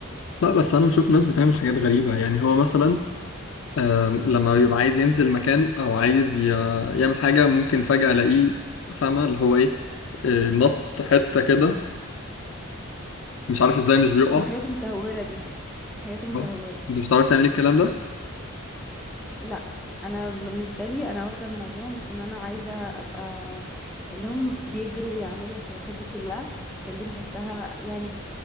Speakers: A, on the left; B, in the centre.
A: لا بس أنا بشوف ناس بتعمل حاجات غريبة يعني هو مثلا آم، لما بيبقى عايز ينزل مكان أو عايز ي- يعمل حاجة ممكن فجأة ألاقيه فاهمة اللي هو إيه آه، نط حتة كده مش عارف إزاي مش بيقع
B: الحاجات المتهوره دي الحاجات المتهوره
A: آه، أنت مش بتعرف تعمل الكلام ده؟
B: لا انا بالنسبه لي انا واخده الموضوع مش ان انا عايزه ابقى اللي هم بيجروا ويعملوا الحركات دي كلها عشان دي بحسها يعني